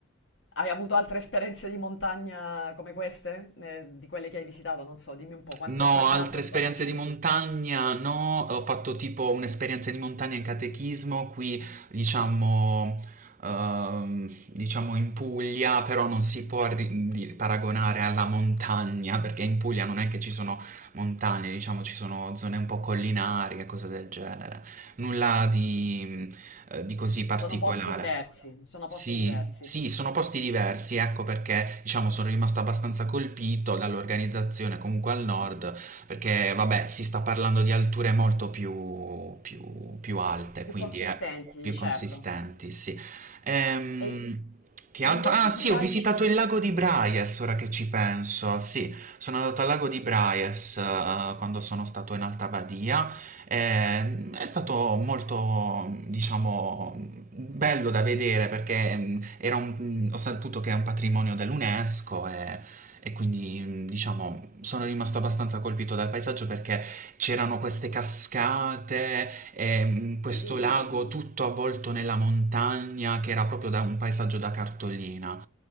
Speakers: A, on the left; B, on the right.
A: hai avuto altre esperienze di montagna come queste? Eh, di quelle che hai visitato? Non so, dimmi un po', quante,
B: No,
A: quante
B: altre
A: altre
B: esperienze
A: ne conosci?
B: di montagna no, ho fatto tipo un'esperienza di montagna in catechismo qui, diciamo, ehm, diciamo in Puglia, però non si può ri- di- paragonare alla montagna, perché in Puglia non è che ci sono montagne, diciamo ci sono zone un po' collinari e cose del genere, nulla di, eh, di così particolare.
A: Sono posti No, no. diversi, sono posti
B: Sì,
A: diversi,
B: sì, sono posti diversi, ecco perché diciamo sono rimasto abbastanza colpito dall'organizzazione comunque al nord, perché vabbè si sta parlando di alture molto più, più- più alte,
A: più
B: quindi
A: consistenti,
B: eh, più
A: certo.
B: consistenti, sì. Ehm,
A: E,
B: che
A: e
B: altro?
A: invece
B: Ah sì,
A: di viaggi...
B: ho visitato il lago di Braies, ora che ci penso, sì, sono andato al lago di Braies
A: Bello,
B: eh, quando sono stato in Alta Badia. Eh, è stato molto, diciamo, bello da vedere perché mh, era un- mm, ho saputo che è un patrimonio dell'UNESCO e, e quindi, mh, diciamo, sono rimasto abbastanza colpito dal paesaggio perché c'erano queste cascate, e, mh, questo
A: bellissimo.
B: lago tutto avvolto nella montagna che era proprio da un paesaggio da cartolina.